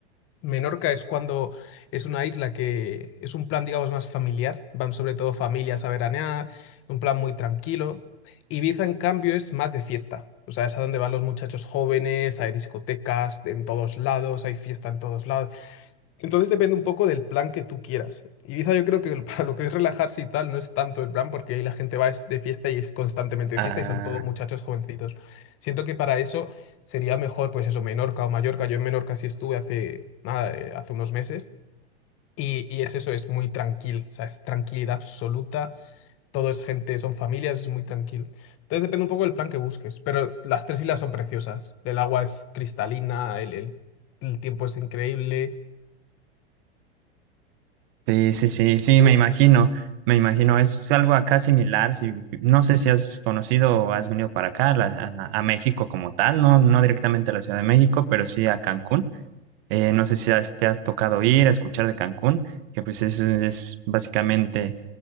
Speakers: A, on the left (about 45°); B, on the right (about 60°).
A: Menorca es cuando es una isla que es un plan, digamos, más familiar. Van sobre todo familias a veranear, un plan muy tranquilo. Ibiza, en cambio, es más de fiesta. O sea, es a donde van los muchachos jóvenes, hay discotecas en todos lados, hay fiesta en todos lados. Entonces depende un poco del plan que tú quieras. Ibiza yo creo que el- <laughs> para lo que es relajarse y tal no es tanto el plan porque ahí la gente va es de fiesta y es constantemente de
B: Ah,
A: fiesta y son todos muchachos jovencitos. Siento que para eso sería mejor pues eso, Menorca o Mallorca. Yo en Menorca sí estuve hace, nada, eh, hace unos meses y, y es eso, es muy tranquilo. O sea, es tranquilidad absoluta. Todo es gente, son familias, es muy tranquilo. Entonces depende un poco del plan que busques. Pero las tres islas son preciosas. El agua es cristalina, el, el el tiempo es increíble.
B: Sí, sí, sí, sí, me imagino, me imagino, es algo acá similar, si, no sé si has conocido o has venido para acá, la- a, a México como tal, no, no directamente a la Ciudad de México, pero sí a Cancún, Eh, no sé si has- te has tocado ir a escuchar de Cancún, que pues es, es básicamente